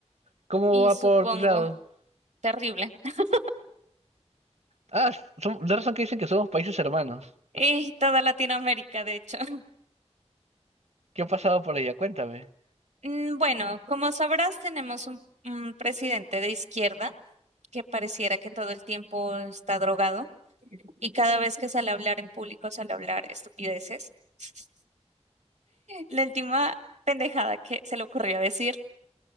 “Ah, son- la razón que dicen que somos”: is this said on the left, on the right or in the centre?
Right